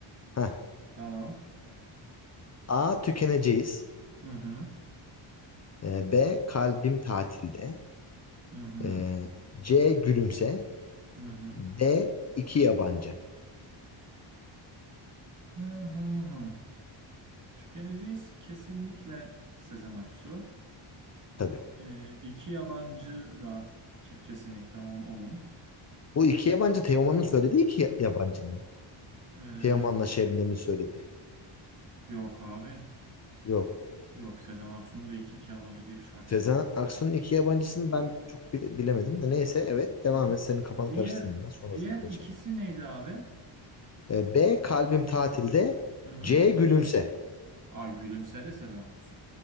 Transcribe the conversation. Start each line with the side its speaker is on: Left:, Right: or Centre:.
Left: Heh.
Right: Tamam.
Left: A. Tükeneceğiz.
Right: Hı hı.
Left: E, B. Kalbim tatilde.
Right: Hı hı.
Left: E, C. Gülümse.
Right: Hı hı.
Left: D. iki yabancı.
Right: Hı hı. Tükeneceğiz kesinlikle Sezen Aksu.
Left: Tabii.
Right: Ee, iki yabancı da ke- kesinlikle on- onun.
Left: Bu iki yabancı Teoman'ın söylediği iki ya- yabancı mı?
Right: Ee,
Left: Teoman'la Şebnem'in söylediği.
Right: yok abi.
Left: Yok.
Right: Yok Sezen Aksu'nun da iki, iki yabancı diye bir şarkısı
Left: Sezen
Right: var.
Left: Aksu'nun iki yabancısını ben çok bile- bilemedim de neyse evet devam
Right: hı
Left: et senin kafanı
Right: Diğer
Left: karıştırmayayım ben sonrasında
Right: diğer
Left: konuşalım.
Right: ikisi neydi abi?
Left: E, B. Kalbim tatilde.
Right: Hı-hı.
Left: C. Gülümse.
Right: Aa, Gülümse de Sezen Aksu.